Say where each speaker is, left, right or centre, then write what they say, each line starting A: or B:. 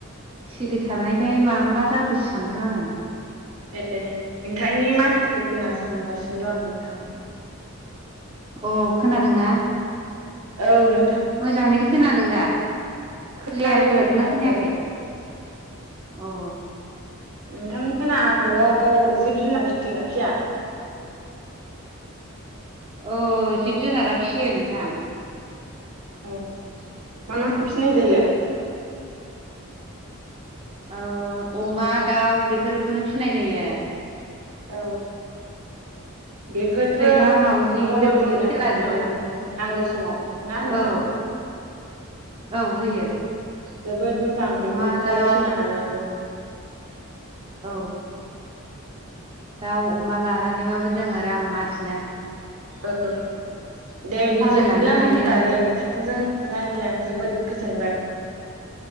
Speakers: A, on the right; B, on the right.
A: सिरि थानायखाय मा मा जाखोसो सानदों आङो
B: ए नोंथांनि माथोखौ खोनासंगासिनो
A: उम
B: दं आं नोंथां
A: अ खोनादोंना
B: औनो
A: मोजाङैनो खोनादों दा
B: खोनादों
A: क्लियार खोनादोंना
B: दे खोनादों
A: खोनायाखै अ
B: नोंथांमोना न'आव जिब जुनार फिसिगोना फिसिया
A: औ जिब जुनारा फिसियो नोंथां
B: औ मा मा फिसिनाय जायो
A: ओ अमा दाउ बेफोरखौनो फिनाय जायो आरो
B: औ बेफोरबो
A: सैमा मावजि
B: मदद
A: बिसोरखौबो
B: होयोना
A: फिसिलाजोबो
B: उनाव नांगौ समाव ना नोंथां
A: औ औ होयो
B: जोबोद मोजां बेफोरखौ
A: अमा दाउ
B: फिसिनो हानायाबो
A: औ दाउ अमा लानानैबाबो जोङो रां आरजि
B: औ दे बिदिब्ला
A: सालायलांनो हायो
B: होनबा दे नोंथांजों रायजायनानै जोबोद गोजोनबाय